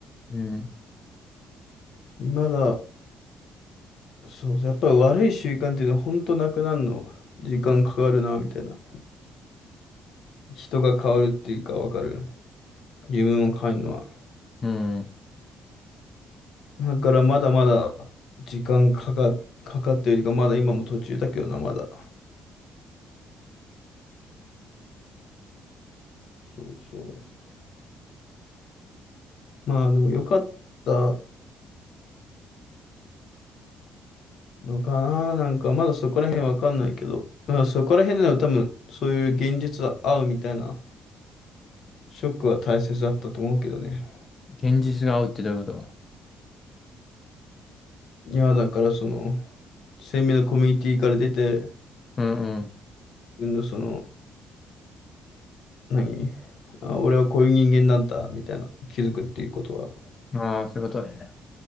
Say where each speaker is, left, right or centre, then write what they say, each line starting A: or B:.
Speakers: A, on the left; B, on the left.
A: うん。
B: まだ、そう、やっぱり悪い習慣っていうのは本当なくなるの、時間かかるな、みたいな。人が変わるっていうかわかる。自分を変えるのは。
A: うん。
B: だからまだまだ時間かか、かかってるよりか、まだ今も途中だけどな、まだ。そうそう。まあでも良かったのかな。なんかまだそこら辺わかんないけど、まあそこら辺での多分そういう現実は合うみたいなショックは大切だったと思うけどね。
A: 現実が合うってどういうこと
B: いや、だからその、鮮明なコミュニティから出て、自
A: うん
B: 分のその、何あ、俺はこういう人間なんだ、みたいな気づくっていうことは。
A: うん。ああ、そういうことだよね。